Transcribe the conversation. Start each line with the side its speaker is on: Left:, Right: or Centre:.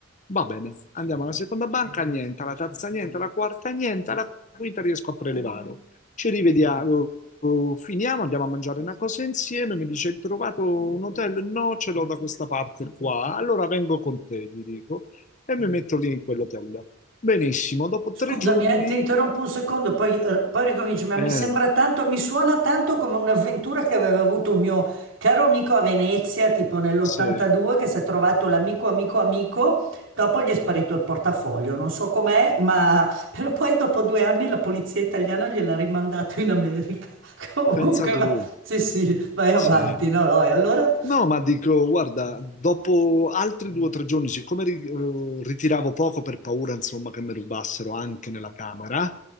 Left: Va bene, andiamo alla seconda banca, niente, alla terza niente, alla quarta niente, alla quinta riesco a prelevare. Ci rivediamo, eh, finiamo, andiamo a mangiare una cosa insieme, mi dice, hai trovato un hotel? No, ce l'ho da questa parte qua, allora vengo con te, gli dico, e mi metto lì in quell'hotel. Benissimo, dopo tre
Right: Scusami,
Left: giorni...
Right: eh, ti interrompo un secondo, poi, eh, poi ricominci, ma
Left: Eh,
Right: mi sembra tanto, mi suona tanto come un'avventura che aveva avuto un mio caro amico a Venezia, tipo nell'82,
Left: sì,
Right: che si è trovato l'amico, amico, amico, dopo gli è sparito il portafoglio, non so com'è, ma però poi dopo due anni la polizia italiana gliel'ha rimandato in America. <laughs> Comunque,
Left: pensa tu,
Right: va... sì, sì, vai avanti,
Left: sì.
Right: no, no, e allora...
Left: No, ma dico, guarda, dopo altri due o tre giorni, siccome ri- eh, ritiravo poco per paura, insomma, che mi rubassero anche nella camera,